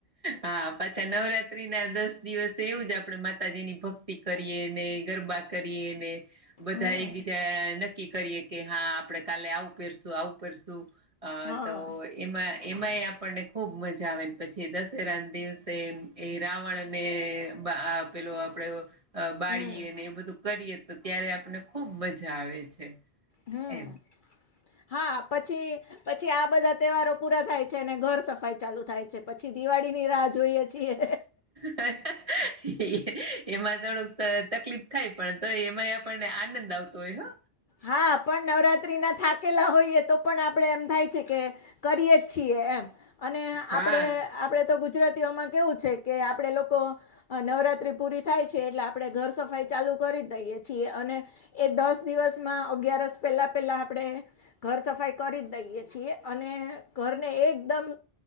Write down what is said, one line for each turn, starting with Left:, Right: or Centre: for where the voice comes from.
Right: હા પાછા નવરાત્ર ત્રીના દસ દિવસે એવું જ આપડે માતાજીની ભક્તિ કરીએ ને ગરબા કરીએ ને બધા
Left: હમ
Right: એક બીજા નક્કી કરીએ કે હા આપડે કાલે આવું પહેરશું આવું કરશું અહ
Left: હા
Right: તો એમાં એમાં ઈ આપણ ને ખુબ મ જા આવેને પછી દશેરા ના દિવસે એ રાવણ અને બ આ પેલો આપડે અહ બાળીએે
Left: હમ
Right: અને એ બધું કરીએ તો ત્યારે આપને ખુબ મજા આવે છે
Left: હમ
Right: એમ
Left: હા, પછી પછી આ બધા તહેવારો પૂરા થાય છે અને ઘર સફાઈ ચાલુ થાય છે. પછી દિવાળીની રાહ જોઈએ છીએ.
Right: <inaudible> એમાં થોડોક ત તકલીફ થાય પણ તો એમાંય આપણને આનંદ આવતો હોય હો
Left: હા, પણ નવત્રીના થાક કેલા હોઈએ તો પણ આપણે એમ થાય છે કે કરીએ જ છીએ એમ અને
Right: હા
Left: આપડે આપડે તો ગુજરાતીઓમાં કેવું છે કે આપડે લોકો આ નવરાત્રી પૂરી થાય છે એટલે આપણે ઘર સફાઈ ચાલુ કરી દઈએ છીએ અને એ દસ દિવસમાં અગિયારસ પેલા પેલા આપડે ઘર સફાઈ કરી જ દઈએ છીએ, અને ઘરને એકદમ